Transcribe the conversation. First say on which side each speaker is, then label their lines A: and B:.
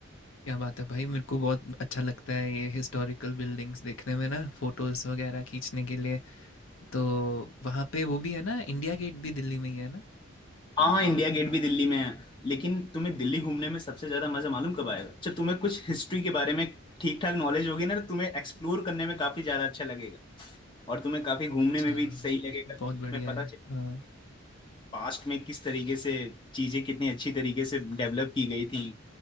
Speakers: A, on the left (about 75°); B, on the left (about 25°).
A: क्या बात है भाई मेरे को बहुत अच्छा लगता है ये हिस्टोरिकल बिल्डिंग्स देखने में ना फोटोज़ वगैरह खींचने के लिए तो वहाँ पे वो भी है ना इंडिया गेट भी दिल्ली में ही है ना
B: हाँ इंडिया गेट भी दिल्ली में है लेकिन तुम्हें दिल्ली घूमने में सबसे ज्यादा मजा मालूम कब आएगा जब तुम्हें कुछ हिस्ट्री के बारे में ठीक ठाक नॉलेज होगी ना तो तुम्हें एक्सप्लोर करने में काफी ज्यादा अच्छा लगेगा और तुम्हें काफी घूमने
A: अच्छा
B: में भी सही लगेगा
A: बहुत
B: कि तुम्हें
A: बढ़िया
B: पता
A: है
B: चले
A: हाँ
B: पास्ट में किस तरीके से चीजें कितनी अच्छी तरीके से डेवलप की गई थी